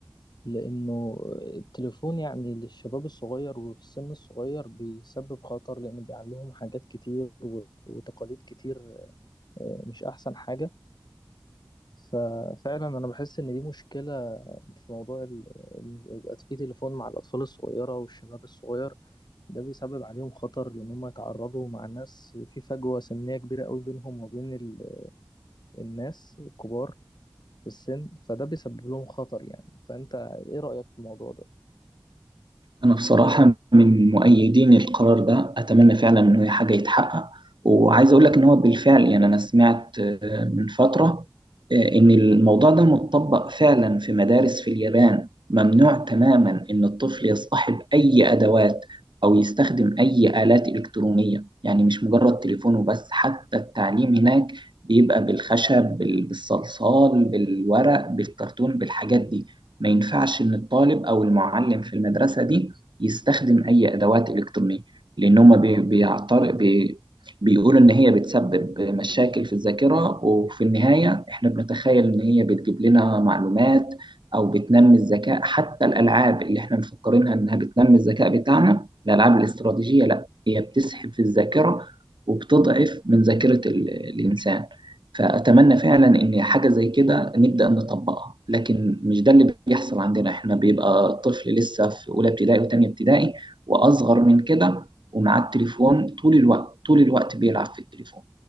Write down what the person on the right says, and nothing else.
أنا بصراحة من مؤيدين القرار ده أتمنى فعلا إنه هي حاجة يتحقق وعايز أقول لك إن هو بالفعل يعني أنا سمعت آه، من فترة آه، إن الموضوع ده متطبق فعلا في مدارس في اليابان ممنوع تماما إن الطفل يصطحب أي أدوات أو يستخدم أي آلات إلكترونية يعني مش مجرد تليفونه بس حتى التعليم هناك بيبقى بالخشب بال- بالصلصال بالورق بالكرتون بالحاجات دي ما ينفعش إن الطالب أو المعلم في المدرسة دي يستخدم اي ادوات الكترونيه لان هم بي- بيعتر بي بيقولوا ان هي بتسبب مشاكل في الذاكره وفي النهايه احنا بنتخيل ان هي بتجيب لنا معلومات او بتنمي الذكاء حتى الالعاب اللي احنا مفكرينها انها بتنمي الذكاء بتاعنا الالعاب الاستراتيجيه لا هي بتسحب في الذاكره وبتضعف من ذاكره ال- الانسان فاتمنى فعلا ان حاجه زي كده نبدأ نطبقها لكن مش ده اللي بيحصل عندنا احنا بيبقى طفل لسه في أولى ابتدائي وتانية ابتدائي وأصغر من كده ومعاه التليفون طول الوقت طول الوقت بيلعب في التليفون